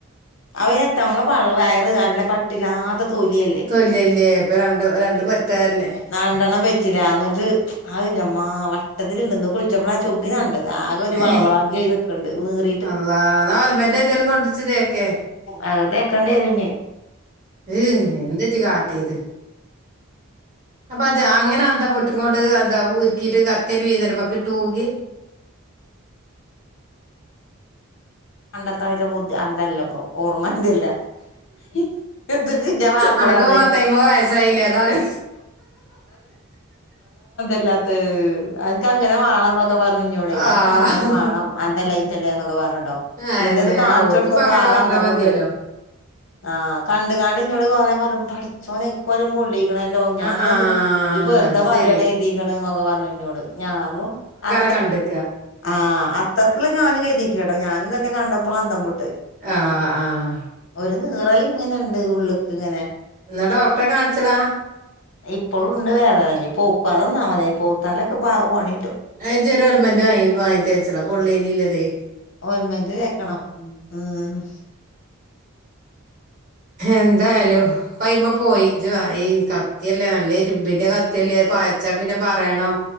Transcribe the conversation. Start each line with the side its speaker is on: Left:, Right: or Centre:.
Left: <unintelligible> അമ്മളെ പൾ വയറ് നല്ല കട്ടില്ലാത്ത തൊലിയല്ലേ
Right: തൊല്ലല്ലേ ഇപ്പൊ രണ്ട്
Left: <unintelligible>
Right: രണ്ട് പറ്റല്ലേ
Left: നണ്ടെണ്ണം പറ്റില്ല അന്നിട്ട് ആഹ് ഇൻ്റമ്മോ ആഹ് വട്ടത്തില്ണ്ട് ഇന്ന് കുളിച്ചപ്പളാ ഞാൻ ചൊകിന് കണ്ടത് ആകെ ഒരു വളവളാഞ്ചി
Right: ഏയ്
Left: ആയി നിക്കണ്ട് നീറി
Right: അള്ളാ ഇന്നാ ഓൽമെൻ്റ് എന്തേലും കൊണ്ടച്ച് തേക്ക്
Left: അത് തേക്കണ്ടി വരുന്നി
Right: ഈ എന്താജ് കാട്ടിയത് അപ്പൊ അജ് അങ്ങനെ അന്തം വിട്ട്ങ്ങോണ്ട് എന്താ ഉരുക്കീട്ട് കത്തി അട് വീതനമ്മെക്കെ ഇട്ട് പോകെ
Left: പണ്ടത്താതിരി ബുദ്ധി അന്തല്ല ഇപ്പൊ ഓർമ്മൻ്റെയല്ല <unintelligible> ഇൻ്റെ മാപ്പള
Right: അനക്കിപ്പോ
Left: പറഞ്ഞേ?
Right: <unintelligible> വയസ്സായില്ലേ അതാണ്
Left: ഇല്ലാത്തെ അനക്ക്ങ്ങനെ വാണം എന്നൊക്കെ പറഞ്ഞു ഇന്നോടെ
Right: ആഹ്
Left: അനക്ക് അങ്ങനെ വാണം അന്തല്ലായിറ്റല്ലേ എന്നൊക്കെ പറഞ്ഞൂട്ടോ
Right: അന്നെ
Left: പിന്നെ ഇത് കാണിച്ചു
Right: ആ ഓൽക്കിപ്പ
Left: കൊടുത്തപ്പ
Right: അങ്ങനെ
Left: ആകെ
Right: പറഞ്ഞാ
Left: അന്തം
Right: മതിയല്ലോ
Left: വിട്ട് ആഹ് കണ്ട്ങ്ങാട് ഇന്നോട് കൊറെ പറ പഠിച്ചോനെ ഈ കോലം പൊള്ളി ക്കണല്ലോ ഞാൻ
Right: ആ
Left: ഇന്നാ
Right: ആ
Left: ഇത് ഇജ്ജ് വെറുതെ
Right: അത് ശരി
Left: പറയാണ് കരുതീക്കണ് ന്നൊക്കെ പറഞ്ഞു ഇന്നോട് ഞാനും അ
Right: കണ്ട്ക്കാ
Left: ആഹ് അത്രയ്ക്കുള്ള ഞാനും കരുതിയിട്ടില്ല കേട്ടോ ഞാനും അന്നെ കണ്ടപ്പളാ അന്തം വിട്ടെ
Right: ആഹ് ആഹ്
Left: <unintelligible> നീറല് ഇങ്ങനെണ്ട് ഉള്ള്ക്ക് ഇങ്ങനെ
Right: എന്നാ ഡോക്ടറെ കാണിച്ചളാ
Left: ഇപ്പളും ഇണ്ട് വേദന ഇനിപ്പോ ക്കാതെ ഇന്നാ മതി പയുത്താലൊക്കെ ഇപ്പ ആകെ പണി കിട്ടും
Right: ആ ഇജ് ഒരു ഓയിൽമെൻ്റ് വാങ്ങി വാങ്ങി തേച്ചളാ പൊള്ളിയേന് ഇള്ളതേ
Left: ഓയിൽമെൻ്റ് തേക്കണം ഉം
Right: എന്തായാലും പ അയ്മേ പോയി ഈ കത്തിയല്ലേ നല്ല ഇരുമ്പിന്റെ കത്തിയല്ലേ പായച്ചാ പിന്നെ പറയണോ